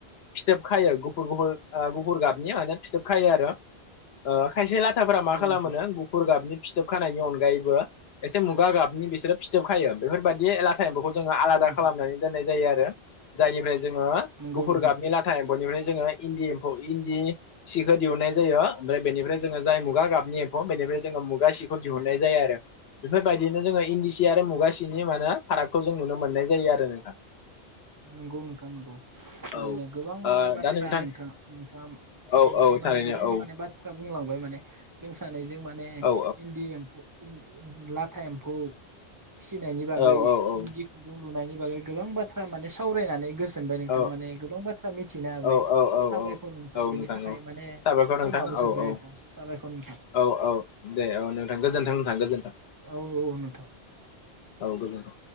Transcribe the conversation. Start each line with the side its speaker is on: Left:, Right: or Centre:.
Left: फिथोब खायो गुफुर गुफुर ओ गुफुर गाब नियानो फिथोब खायो आरो ओ खायसे लाथाफोरा मा
Right: औ
Left: खालामोनो
Right: नोंथां
Left: गुफुर गाबनि फिथोब खानायनि अनगायैबो एसे मुगा गाबनि बिसोरो फिथोब खायो बेफोरबायदि ला थां एम्फौखौ जोङो आलादा
Right: औ नोंथां
Left: खालामनानै दोननाय जायो आरो जायनिफ्राय जोङो
Right: नंगौ
Left: गुफुर
Right: नोंथां
Left: गाबनि लाथा एम्फौनिफ्राय जोङो इन्दि खौ इन्दि सिखो दिहुननाय जायो ओमफ्राय बेनिफ्राय जोङो जाय मुगा गाबनि एम्फौ बेनिफ्राय जोङो मुगा सि खौ दिहुननाय जायो आरो बेफोरबायदिनो जोङो इन्दि सि सि आरो मुगा सिनि मा होनो फारागखौ जों नुनो मोननाय जायो आरो नोंथां
Right: नोंगौ नोंथां नोंगौ ओरैनो
Left: औ ओ
Right: गोबां माने बाथ्रा
Left: दा नोंथां
Right: नोंथाङा नोंथाङा
Left: औ
Right: नोंथाङा
Left: औ
Right: माने
Left: थारैनो
Right: गोबां
Left: औ
Right: माने बाथ्रा बुंलांबाय माने जों सानैजों माने
Left: औ
Right: इन्दि एम्फौ इन ओ लाथा एम्फौ फिसिनायनि बागै
Left: औ औ औ
Right: इन्दि खुन्दुं लुनायनि बागै गोबां बाथ्रा माने सावरायनानै गोजोनबाय नोंथां
Left: औ
Right: माने गोबां बाथ्रा मिथिनो हाबाय
Left: औ औ
Right: साबायखर
Left: औ
Right: नोंथां
Left: औ
Right: बेनि थाखाय
Left: औ
Right: माने
Left: साबायखर नोंथां
Right: समाबो
Left: औ
Right: जोबबाय
Left: औ
Right: नोंथां साबायखर नोंथां
Left: औ औ दे औ नोंथां गोजोन्थों नोंथां गोजोन्थों
Right: औ औ नोंथां
Left: औ गोजोनथों।